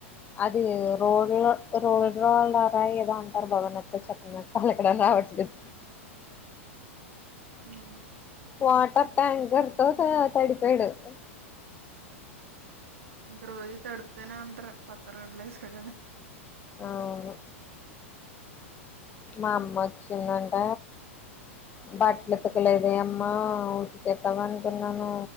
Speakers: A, on the left (about 20°); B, on the right (about 75°).
A: అది రోడ్ల రోడ్ రోళార ఏదో అంటారు భవన్తో చెక్కన పలగడం రావట్లేదు
B: హ్మ్.
A: వాటర్ ట్యాంకర్ తో తడిపోడు ఓ
B: ఇంకా రోజు తడుపుతూనే ఉంటారు కొత్త రోడ్లు వేస్తారు కదా
A: అవును మా అమ్మ వచ్చిందంట బట్టలుతకలేదు అమ్మ ఉతికెత్తాం అనుకున్నాను